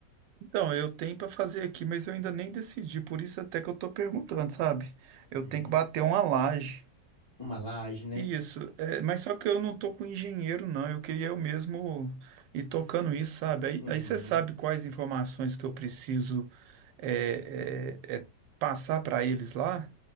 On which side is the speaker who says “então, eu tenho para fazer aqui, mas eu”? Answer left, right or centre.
Right